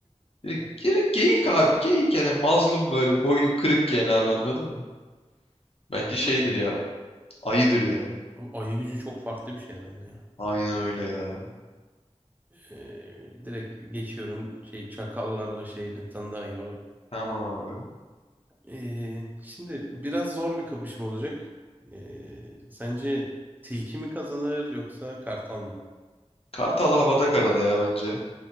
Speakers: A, on the left; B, on the right.
A: Ee, Geri geyik abi geyik yani mazlum böyle boynu kırık yani abi anladın mı? Bence
B: Yani
A: şeydir
B: değil mi? Bence
A: ya ayıdır yani.
B: Abi ayı gücü çok farklı bir şey herhalde ya.
A: Aynen öyle ya.
B: Ee, direkt geçiyorum şey çakallarla şey bir tane daha iyi var.
A: Tamam abi.
B: Ee, şimdi biraz zor bir kapışma olacak. Ee, sence tilki mi kazanır yoksa kartal mı?
A: Kartal havada karada ya bence.